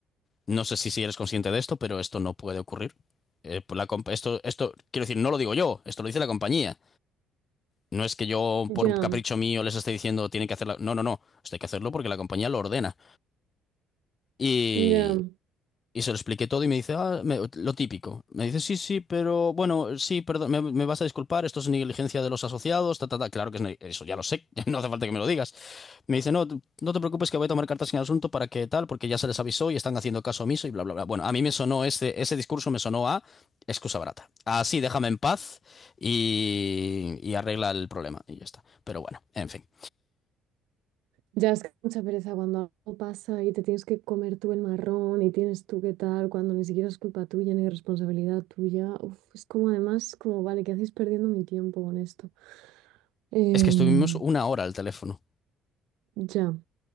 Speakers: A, on the left; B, on the right.
A: no sé si, si eres consciente de esto, pero esto no puede ocurrir. Eh, por la comp- esto, esto, quiero decir, no lo digo yo, esto lo dice la compañía. No es que yo,
B: ya.
A: por un capricho mío, les esté diciendo tienen que hacerlo. No, no, no. Esto hay que hacerlo porque la compañía lo ordena. Y,
B: Ya,
A: y se lo expliqué todo y me dice, ah, me- lo típico. Me dice, sí, sí, pero bueno, sí, perdón, me, me vas a disculpar, esto es negligencia de los asociados, ta, ta, ta. Claro que es, ne- eso ya lo sé, <laughs> no hace falta que me lo digas. Me dice, no, t- no te preocupes que voy a tomar cartas en el asunto para que tal, porque ya se les avisó y están haciendo caso omiso y bla, bla, bla. Bueno, a mí me sonó ese, ese discurso, me sonó a excusa barata. Así, déjame en paz y, y arregla el problema y ya está. Pero bueno, en fin.
B: ya es que mucha pereza cuando algo pasa y te tienes que comer tú el marrón y tienes tú qué tal, cuando ni siquiera es culpa tuya ni responsabilidad tuya. Uf, es como además, como vale, ¿qué hacéis perdiendo mi tiempo con esto? Em,
A: Es que estuvimos una hora al teléfono,
B: ya,